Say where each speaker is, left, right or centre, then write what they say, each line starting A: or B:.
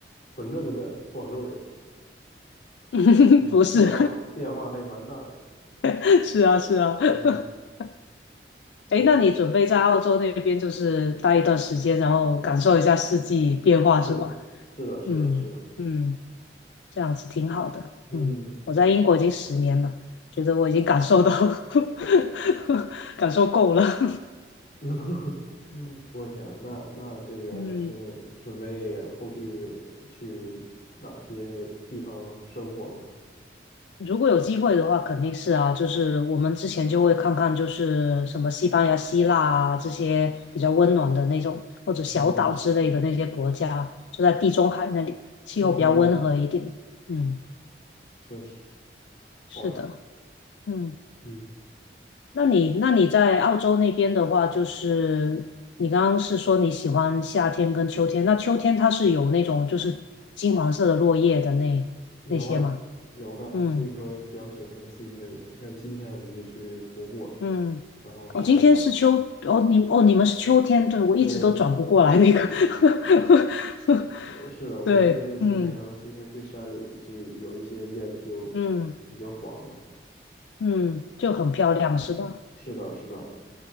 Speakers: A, on the left (about 50°); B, on the left (about 85°).
A: 纯正的广州人，
B: <laughs>
A: <laughs>
B: 不是，
A: 变化变化还蛮大的，
B: <laughs> 是啊，是啊。<laughs>
A: 嗯，
B: 哎，
A: 是吧？
B: 那你准备在澳洲那边就是待一段时间，然后感受一下四季变化是吧？
A: 是，是的，是的，
B: 嗯嗯。
A: 是的，
B: 这样子挺好的。
A: 嗯，
B: 嗯，我在英国已经十年了，觉得我已经感受到 <laughs> 感受够了。<laughs>
A: <laughs> 我天啊，那那这个是准备后续去哪些地方生活吗？
B: 嗯，如果有机会的话，肯定是啊，就是我们之前就会看看，就是什么西班牙、希腊啊这些比较温暖的那种，或者小岛之类的那些国家，
A: 嗯
B: 就在地中海那里，气候比较温和一点。
A: 嗯嗯，
B: 嗯，
A: 确实好呀，
B: 是的，嗯。
A: 嗯，
B: 那你那你在澳洲那边的话，就是你刚刚是说你喜欢夏天跟秋天，那秋天它是有那种就是金黄色的落叶的那那些吗？
A: 有啊，有的，
B: 嗯
A: 所以说比较喜欢这种四季分明。像今天我们就去徒步了，
B: 嗯，
A: 然后山上，
B: 哦，今天是秋，哦你哦你们是秋天，对，我一直都转不过来那个，
A: 对，
B: <laughs>
A: 呃是的，我们这边是秋天，
B: 对，嗯
A: 然后今天去山里就有一些叶子就
B: 嗯
A: 已经黄了。
B: 嗯，就很漂亮是吧？
A: 是的，是的，